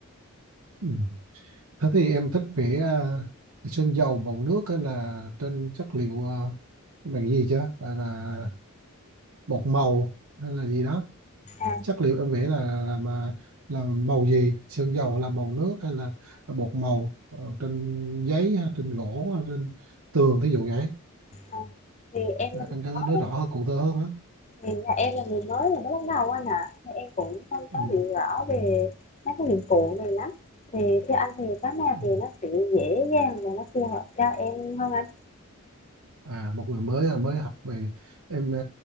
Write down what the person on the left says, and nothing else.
À,
Ờ, thì em
là người
mới
thì là em là người mới là mới bắt đầu anh ạ Thì em cũng không có
hiểu rõ về mấy cái dụng cụ này lắm thì theo anh thì cái nào
thì nó sẽ dễ dàng và nó phù hợp cho em hơn anh